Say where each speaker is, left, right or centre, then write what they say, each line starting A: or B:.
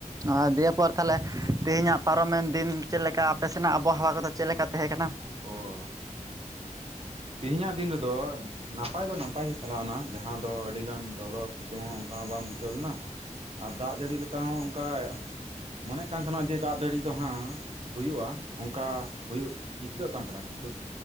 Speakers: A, on the right; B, on the right.
A: ᱚ ᱫᱤᱭᱮ ᱯᱚᱨ ᱛᱟᱦᱞᱮ ᱛᱤᱦᱤᱧᱟᱜ ᱯᱟᱨᱚ ᱢᱮᱱ ᱫᱤᱱ ᱪᱮᱫ ᱞᱮᱠᱟ ᱟᱯᱮ ᱥᱮᱱᱟᱜ ᱟᱵᱚ ᱦᱟᱣᱟ ᱠᱚ ᱫᱚ ᱪᱮᱫ ᱞᱮᱠᱟ ᱛᱟᱦᱮᱸ ᱠᱟᱱᱟ?
B: ᱚ᱾ ᱛᱮᱦᱮ ᱧᱟᱜ ᱫᱤᱱ ᱨᱮ ᱫᱚ ᱱᱟᱯᱟᱭ ᱫᱚ ᱱᱟᱯᱟᱭ ᱜᱮ ᱪᱟᱞᱟᱣ ᱮᱱᱟ ᱡᱟᱦᱟᱸ ᱫᱚ ᱟᱹᱰᱤ ᱜᱟᱱ ᱞᱚ ᱞᱚ ᱥᱤ ᱡᱮᱢᱚᱱ ᱚᱝᱠᱟ ᱦᱚᱸ ᱵᱟᱝ ᱵᱩᱪᱷᱟᱹᱣ ᱞᱮᱱᱟ ᱟᱨ ᱫᱟᱜ ᱡᱟᱹᱲᱤ ᱞᱮᱠᱟ ᱦᱚᱸ ᱚᱝᱠᱟ ᱢᱚᱱᱮᱜ ᱠᱟᱱ ᱛᱟᱦᱮᱸᱱᱟ ᱡᱮ ᱫᱟᱜ ᱫᱟᱲᱤ ᱫᱚ ᱦᱟᱸᱜ ᱦᱩᱭᱩᱜᱼᱟ ᱚᱝᱠᱟ ᱦᱩᱭᱩᱜ ᱤᱭᱹᱠᱟᱹᱜ ᱠᱟᱱ ᱛᱟᱦᱮᱸᱱᱟ ᱠᱤᱱᱛᱩ